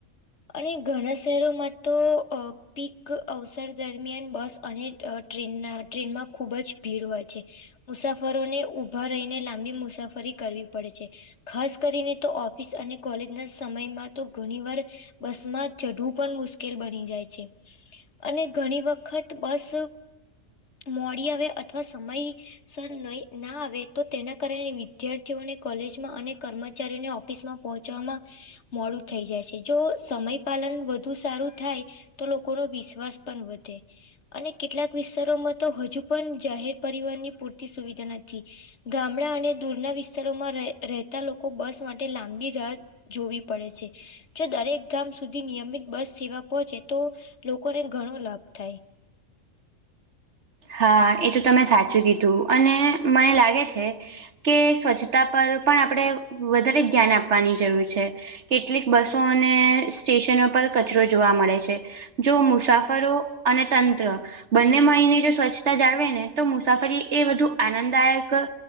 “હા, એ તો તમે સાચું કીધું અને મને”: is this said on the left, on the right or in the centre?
Right